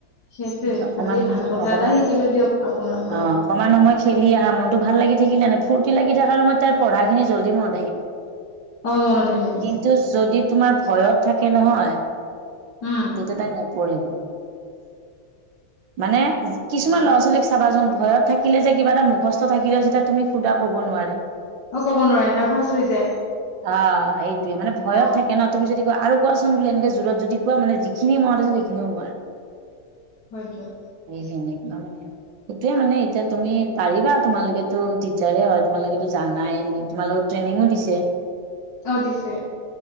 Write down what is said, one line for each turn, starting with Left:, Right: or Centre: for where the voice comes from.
Left: সেইটোৱে
Right: অকমান
Left: আজি
Right: সময়
Left: ভাল কথা
Right: অকমান
Left: এটাই শিকিলো দিয়ক আপোনাৰ পৰা।
Right: অ অকমান সময় খেলি আহা মনটো ভাল লাগি থাকিলে নেনাই ফূৰ্তি লাগি থাকাৰ সময়ত তাৰ পঢ়াখিনি জল্দি মনত আহিব।
Left: অ মনত আহিব
Right: কিন্তু যদি তোমাৰ ভয়ত থাকে নহয়
Left: উম
Right: তেতিয়া তাই নপঢ়িব। মানে কিছুমান
Left: সেইটোৱে
Right: ল'ৰা -ছোৱালীক চাবাচোন ভয়ত থাকিলে যে কিবা এটা মুখস্থ থাকিলেও যেতিয়া তুমি সুধা ক'ব নোৱাৰে।
Left: অ ক'ব নোৱাৰে নাৰ্ভাছ হৈ যায়
Right: অহ, এইটোৱে মানে ভয়ত
Left: অ
Right: থাকে ন'তুমি যদি আৰু কোৱাচোন বুলি এনেকে জোৰত যদি কোৱা মানে যিখিনি মনত আছিলে সেইখিনিও নোৱাৰে।
Left: <inaudible>
Right: সেনেকুৱা মানে সেইটোয়ে মানে এতিয়া তুমি পাৰিবা তোমালোকেতো তিচাৰে হয় তোমালোকেতো জানাই তোমালোকক ট্ৰেইনিংও দিছে।
Left: অহ, দিছে।